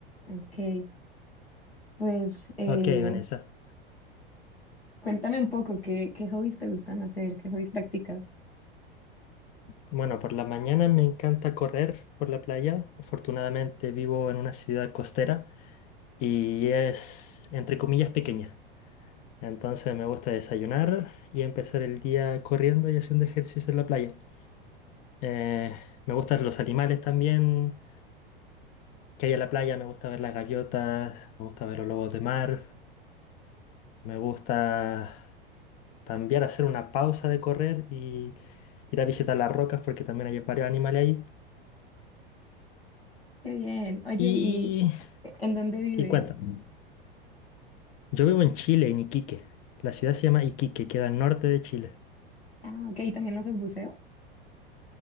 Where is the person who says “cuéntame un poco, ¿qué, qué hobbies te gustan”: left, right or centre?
Left